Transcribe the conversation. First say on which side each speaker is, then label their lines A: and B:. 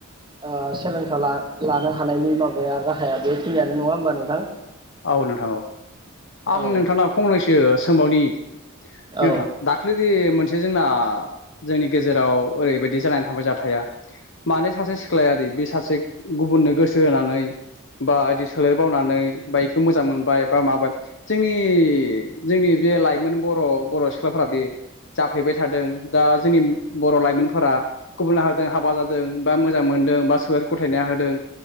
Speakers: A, on the right; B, on the left.
A: ओ सोलोंथा ला लानो हा हानायनि माबाया राहाया बेखिनियानो नङा होमबा नोंथां?
B: औ नोंथां औ। आं
A: औ
B: नोंथांनाव फंनैसो सोंबावनि नोंथां
A: औ
B: दाख्लैदि मोनस जोंना जोंनि गेजेराव ओरैबायदि जानानै थांबाय जाथाया। माने सासे सिख ख्लायादि बे सासे गुबुननो गोसो होनानै बा बिदि सोलेर बावनानै बाइक खौ मोजां मोनबाय बा माबाय जोंनि जोंनि बे लाइमोन बर' बर' सिख्लाफोरादि जाफ्लेबाय थादों दा जोंनि बर' लाइमोनफोरा गुबुन हारिजों हाबा जादों बा मोजां मोनदों बा सोलेर ग'थायना होदों